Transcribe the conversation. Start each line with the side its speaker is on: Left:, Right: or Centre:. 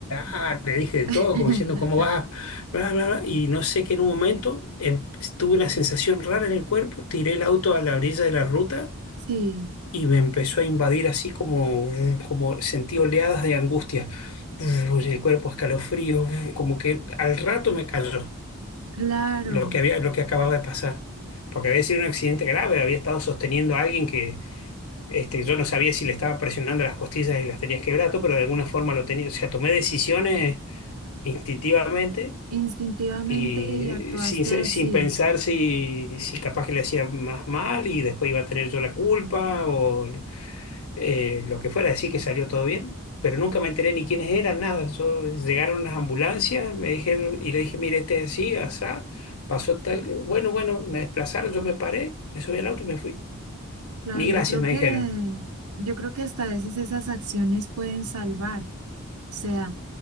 Left: ah", le dije de
Right: <laughs>
Left: todo, como diciendo, ¿cómo vas? Bla, bla, bla. Y no sé que en un momento em, tuve una sensación rara en el cuerpo, tiré el auto a la orilla de la ruta
Right: sí,
Left: y me empezó a invadir así como, como sentí oleadas de angustia. En el cuerpo escalofrío, como que al rato me cayó
Right: claro,
Left: lo que había, lo que acababa de pasar, porque había sido un accidente grave, había estado sosteniendo a alguien que este, yo no sabía si le estaba presionando las costillas y las tenía quebrado, pero de alguna forma lo tenía, o sea, tomé decisiones instintivamente
Right: instintivamente
Left: y
Right: y actuaste
Left: eh, sin, se-
Right: así.
Left: sin pensar si, si capaz que le hacía más mal y después iba a tener yo la culpa o eh, lo que fuera, decir que salió todo bien, pero nunca me enteré ni quiénes eran, nada. Yo- llegaron las ambulancias, me dijeron, y le dije, mire, este es así, asá, pasó tal, bueno, bueno, me desplazaron, yo me paré, me subí al auto y me fui.
Right: Claro,
Left: Ni gracias,
Right: yo creo
Left: me
Right: que,
Left: dijeron.
Right: yo creo que hasta a veces esas acciones pueden salvar. sea,